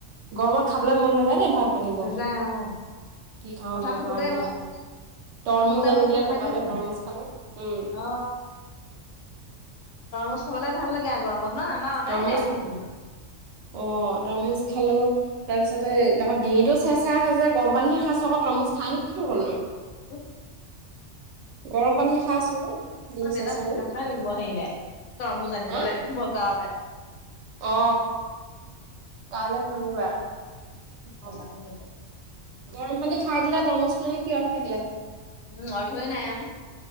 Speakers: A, on the right (about 75°); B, on the left (about 85°).
A: গৰমত খাবলে মন নাযায় নে ভাত পানীবোৰ
B: নাযায় অ'
A: কি খাওঁ
B: পথাৰত
A: কি নাখাওঁ
B: থাকোতে
A: নিচিনা
B: মই
A: লাগে
B: পথাৰত
A: তৰমুজ
B: থাকোতে
A: আনিলে
B: মোৰ ভোক
A: ককাইদেৱে
B: লাগিছিলে
A: তৰমুজ খালো উম
B: অ তৰমুজ খাবলে ভাল লাগে আক গৰমত ন নাই
A: তৰমুজ
B: নাই বহুত দিন
A: অ তমুজ খালো তাৰ পিছতে আকৌ ডিঙিটো চাই চাই চ গৰম পানীহে খাইছো আক তৰমূচ খাই কিটো হলনু
B: উম
A: গৰম পানী খাই আছো ডিঙি
B: অ দেউতাক
A: চেৰচেৰনি
B: কথাই লাগিব হেৰিলে তৰ মোজ জানিবলে
A: হা
B: বজাৰলে
A: অ কাইলৈ শনিবাৰ হ'ব।
B: চাকৰি কৰিছ
A: গৰম পানী খাই দিলে তৰমুজ মানে কি অৰ্থ থাকিলে
B: উম অৰ্থই নাই আৰু